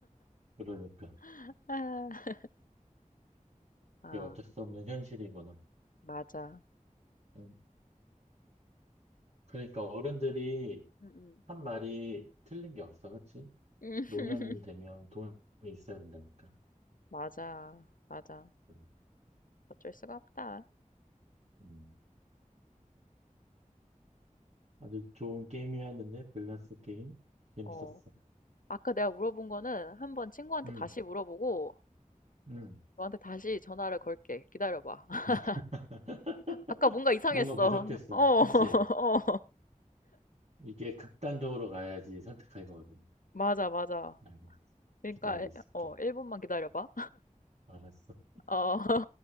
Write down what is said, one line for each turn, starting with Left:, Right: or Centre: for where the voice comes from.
Right: 그러니까,
Left: <laughs> 아, 아,
Right: 이게 어쩔 수 없는 현실이구나.
Left: 맞아.
Right: 음, 그러니까, 어른들이
Left: 음, 음.
Right: 한 말이 틀린 게 없어, 그치?
Left: 음.
Right: 노년
Left: <laughs>
Right: 되면 돈이 있어야 된다니까.
Left: 맞아, 맞아.
Right: 음,
Left: 어쩔 수가 없다.
Right: 음. 아주 좋은 게임이었는데, 밸런스 게임. 재밌었어.
Left: 어, 아까 내가 물어본 거는 한번 친구한테
Right: 음.
Left: 다시 물어보고
Right: 음.
Left: 너한테 다시 전화를 걸게. 기다려봐. <laughs>
Right: <laughs>
Left: 아까 뭔가 이상했어.
Right: 뭔가 부족했어.
Left: <laughs> 어, <laughs> 어,
Right: 그치? 이게 극단적으로 가야지 선택하기가 어려워.
Left: 맞아, 맞아.
Right: 알겠어.
Left: 그러니까,
Right: 기다리고
Left: 일-
Right: 있을게.
Left: 어, 1분만 기다려봐.
Right: 알았어.
Left: <laughs> 어.